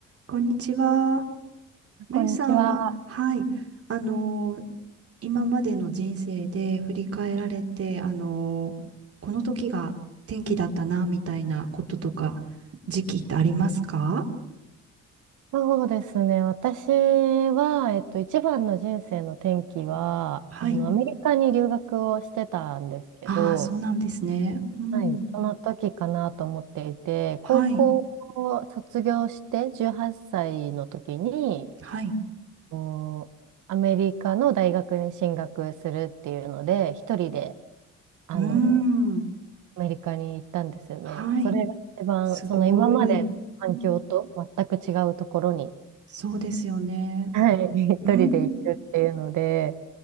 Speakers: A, on the right; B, on the right.
A: こんにちは。まゆさんは、
B: こんにちは。
A: はい、あのー今までの人生で振り返られて、あのーこの時が転機だったな、みたいなこととか、時期ってありますか
B: そうですね。私は、えっと、一番の人生の転機は、
A: はい。
B: あの、アメリカに留学をしてたんですけど、
A: ああ、そうなんですね。うん。
B: はい、その時かなと思っていて、
A: はい。
B: 高校を卒業して18歳の時に、
A: はい。
B: おアメリカの大学に進学するっていうので、一人で、あの、
A: うーん。
B: アメリカに行ったんですよね。
A: はい。
B: それが一番、
A: すごい。
B: その今までの環境と全く違うところに
A: うんそうですよね。
B: はい、<laughs> 一人で行くっていうので、
A: うん。